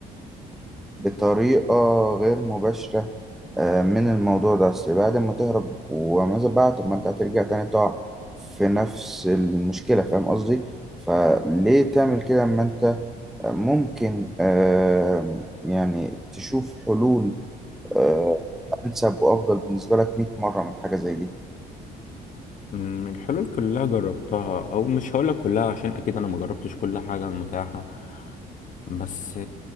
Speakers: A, in the centre; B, on the left.
A: بطريقة غير مباشرة آه، من الموضوع ده أصل بعد ما تهرب وماذا بقى طب ما أنت هترجع تاني تقع في نفس المشكلة فاهم قصدي؟ فليه تعمل كده أما أنت ممكن آه، يعني تشوف حلول آه، أنسب وأفضل بالنسبة لك 100 مرة من حاجة زي دي
B: أمم، الحلول كلها جربتها او مش هقولك كلها عشان اكيد انا ما جربتش كل حاجة متاحة بس